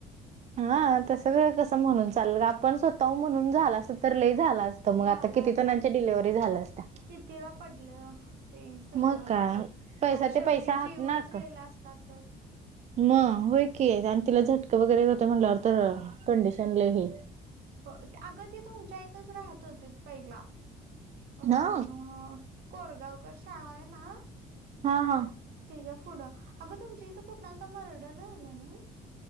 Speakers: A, on the right; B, on the right.
A: हा... तसं गं... कसं म्हणून चालल... आपण स्वतःहून म्हणून झालं असं... तर लई झालं तर मग
B: झालं
A: आता... किती
B: असत
A: जणांच्या डिलिव्हरी झाल्या असत्या.
B: कितीला पडलं? ते सगळं...
A: मग काय पैसा
B: आणि शेवटी
A: ते पैसा हाकनाक
B: जीवच गेला असता तर?
A: मग होय की... आणि तिला झटकं वगैरे येत होते म्हटल्यावर तर कंडिशन लय हे
B: हो... ते... अगं ते तुमच्या इथंच राहत होते पहिला... अं
A: ना
B: कोरगावकर शाळा ए ना?
A: हा हा.
B: तेच्या फुढं... अगं तुमच्या इथं कुठनांचा मर्डर झाला नं?